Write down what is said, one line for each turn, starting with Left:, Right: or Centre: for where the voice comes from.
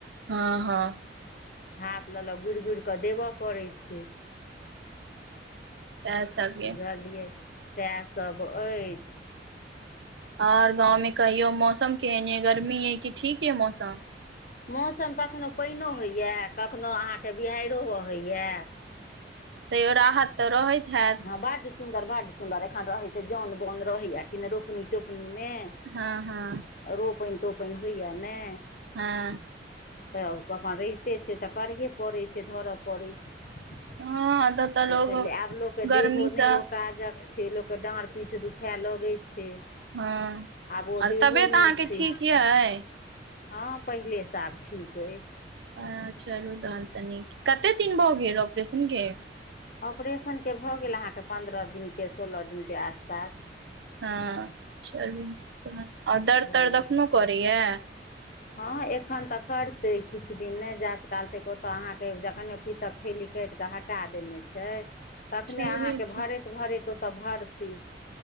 Right: हँ हँ।
Left: हाथ लऽ, लऽ गुइर-गुइर कऽ देबय पड़ै छै।
Right: सएह सब यै
Left: बुझलियै, सएह सब अइछ।
Right: ओर गाँंव में कहियओ मौसम केहन यै गर्मी अय की। ठीक यऽ मौसम।।
Left: मौसम कखनो पइनो होइए, कखनो अहाँके बिहैरो बहैइए।
Right: तऽयो राहत तऽ रहैत हैत।
Left: हँ बड्ड सुन्दर, बड्ड सुन्दर एखन रहै। से जाऽन-बाऽन रहैय कि ने रोपनी- तोपनी में।
Right: हँ हँ
Left: रोपैन-तोपैन होइए ने।
Right: हँ।
Left: तऽ अपन रहिते छै तऽ करहे पड़ै छै धरऽ। पड़ै छैय,
Right: हँ एतऽ तऽ लोग
Left: बुझलिए आब लोक। के देहो
Right: गर्मीसँ
Left: ने ओ काजक छै, लोक के डॉर-पीठ दुखाए लगै। छै,
Right: हँ
Left: आब ओ
Right: आओर
Left: देहो
Right: तबियत
Left: नइ
Right: अहाँके
Left: छै।
Right: ठीक यइ
Left: हँ पहिलेसँ आब ठीक अइछ।
Right: अ चलू तहन त नीक, कत्ते दिन भऽ गेल ऑपरेशन के।
Left: ऑपरेशनके भऽ गेल अहाँके पन्द्रह दिनके, सोलह दिनके आसपास।
Right: हँ चलू आ
Left: बुझलियै
Right: दर्द-तर्द अखनो करैय।
Left: हँ एखन तऽ करतै किछ दिन ने, जाऽत काल तक ओतऽ अहाँके जखने पीतक। थैली काटि कऽ हटा देने छै। तखने
Right: छैहे
Left: अहाँकेँ भरैत-भरैत
Right: की
Left: ओतय भड़तै।